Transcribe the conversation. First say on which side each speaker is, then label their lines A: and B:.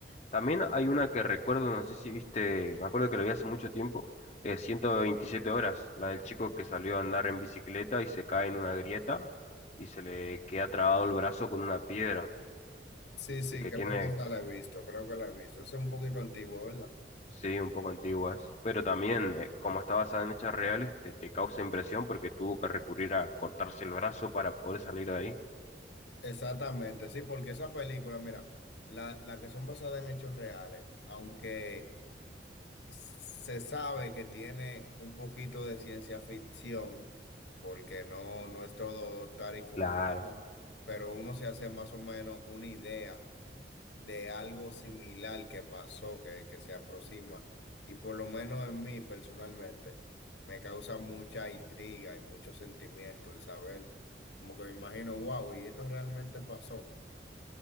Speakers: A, on the left; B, on the left.
A: También hay una que recuerdo, no sé si viste, me acuerdo que la vi hace mucho tiempo, eh, 127 horas, la del chico que salió a andar en bicicleta y se cae en una grieta y se le queda trabado el brazo con una piedra
B: Sí, sí,
A: y que
B: creo
A: tiene,
B: que esa la he visto, creo que la he visto. Es un poquito antigua, ¿verdad?
A: sí, un poco antiguas, pero también, eh, como está basada en hechos reales, te, te causa impresión porque tuvo que recurrir a cortarse el brazo para poder salir de ahí.
B: Exactamente, sí, porque esa película, mira, la, la que son basadas en hechos reales, aunque... Se sabe que tiene un poquito de ciencia ficción, porque no, no es todo tal y como,
A: Claro.
B: pero uno se hace más o menos una idea de algo similar que pasó, que, que se aproxima. Y por lo menos en mí personalmente, me causa mucha intriga y mucho sentimiento el saber, como que me imagino, wow, y esto realmente pasó.